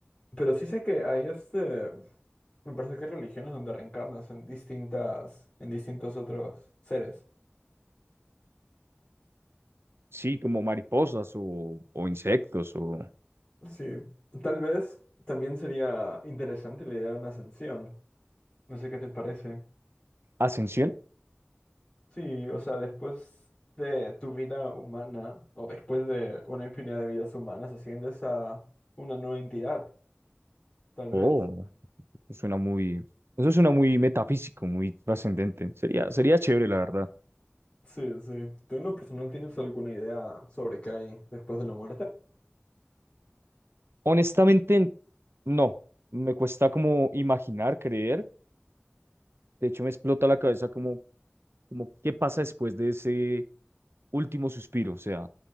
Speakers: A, on the left; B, on the right.
A: pero sí sé que hay este, me parece que hay religiones donde reencarnas en distintas, en distintos otros seres.
B: Sí, como mariposas o, o insectos o
A: Sí. Tal vez también sería interesante la idea de una ascensión. No sé qué te parece.
B: ascensión.
A: Sí, o sea, después de tu vida humana o después de una infinidad de vidas humanas, asciendes a una nueva entidad, tal
B: Oh.
A: vez.
B: Suena muy, eso suena muy metafísico, muy trascendente. Sería, sería chévere, la verdad.
A: Sí, sí. ¿Tú en lo personal tienes alguna idea sobre qué hay después de la muerte?
B: Honestamente, no. Me cuesta como imaginar, creer. De hecho, me explota la cabeza como, como qué pasa después de ese último suspiro, o sea,